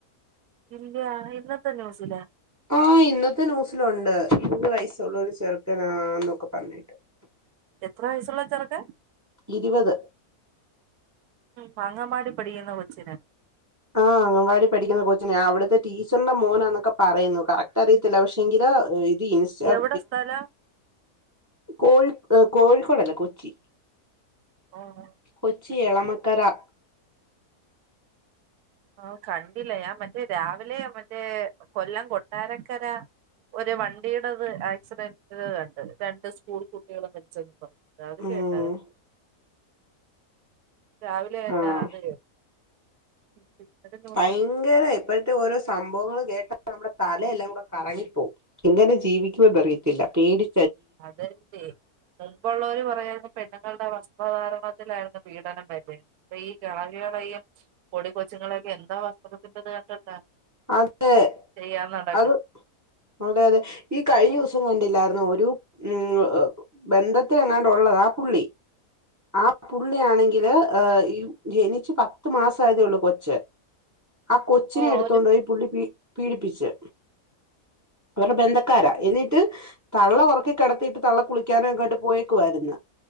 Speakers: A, on the right; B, on the right.
A: ഇല്ലയാണ് ഇന്നത്തെ ന്യൂസില
B: ആ ഇന്നത്തെ ന്യൂസിലുണ്ട് മൂന്ന് വയസ്സുള്ളൂ ഒരു ചെറുക്കനാ നോക്ക പറന്നിട്ട്
A: എത്ര വൈസുള്ള ചറക്കെ
B: ഇരുപത്
A: ഉ അങ്ങമാടി പഠിക്കുന്ന കൊച്ചന
B: ആഹ അങ്ങവാടി പഠിക്കുന്ന കോച്ച ഞാൻ അവിടുത്തെ ടീച്ചറിന്റെ മോനാന്നൊക്കെ പറയുന്നു കറക്റ്റ് അറിയത്തില്ല പക്ഷെ എങ്കില് സ്
A: എവിടെ സ്ഥലം
B: കോഴ കോഴിക്കോട്ല്ലേ കൊച്ചി
A: ഓ
B: കൊച്ചി
A: ശരി
B: എളമക്കരാ
A: ഓ് കണ്ടില്ല മറ്റ അ രാവിലെ മേ കൊല്ലം കൊട്ടാരക്കര ഒരു വണ്ടിയടത് ആക്സിഡന്റ്ത് കണ്ട് രണ്ട് സ്കൂൾ കുട്ടികളും മരിച്ചെന്ന് പറഞ്ഞു അതത്
B: ഉം
A: കേട്ട രാവിലെ എന്ന
B: ആഹ്
A: അത പിന്നെസ
B: ഭയങ്കര ഇപ്പോഴത്തെ ഓരോ സംഭവങ്ങൾ കേട്ട നമ്മുടെ തലയെല്ലാം കൂടെ കറങ്ങിപ്പോകും എങ്ങനെ ജീവിക്കുമ എന്ന അറിയത്തില്ല പേടി
A: അതന്നെ മുമ്പൊള്ളോര് പറയുവാര്ന്ന് പെ നങ്ങളുടെ വസ്ത്രധാരണത്തിലായിരുന്നു പീഡനം വരുന്നേന്ന് ഇപ്പൊ ഈ കെളവികളേയും കൊടി കൊച്ചുങ്ങളെയൊക്കെ എന്തോ വസ്ത്രത്തിൻ്റേത് കണ്ടിട്ടാ
B: അതെ
A: ചെയ്യാൻ നടക്കുന്നെ
B: അത് അതെ അതെ ഈ കഴിഞ്ഞ ദീസം കണ്ടില്ലായിരുന്നോ ഒരു ഉം ഒ ഒ ബന്ധത്തിലെങ്ങാണ്ട് ഒള്ളതാ പുള്ളി ആ പുള്ളിയ ആണെങ്കില് ഈ ജനിച്ചു പത്ത് മാസ ആയതേ ഒള്ളൂ കൊച്ച് ആ കൊച്ചിനെ
A: ഓ
B: എടുത്തോണ്ടു
A: ഒരു
B: പോയി പുള്ളി പി പീഡിപ്പിച്ച് അവരുടെ ബന്ധക്കാരാ എന്നീട്ട് തള്ള ഒറക്കി കെടത്തീട്ട് തള്ള കുളിക്കാന എങ്ങാണ്ട്ട് പോയേക്കുവായിര്ന്ന്